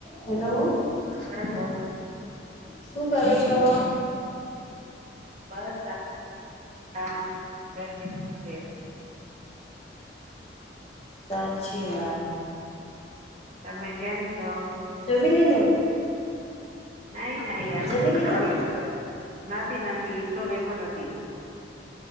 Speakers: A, on the left; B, on the right.
A: Hello.
B: Hello
A: શું કરો છો?
B: બસ હા બેસી છેમ.
A: સાચી વાત.
B: તમે કેમ છો?
A: જમીલીધું?
B: નહી નાઈ યારટલોેગો
A: જમી લીધું
B: <unintelligible> નથી નથી એટલો ભેગો નથી.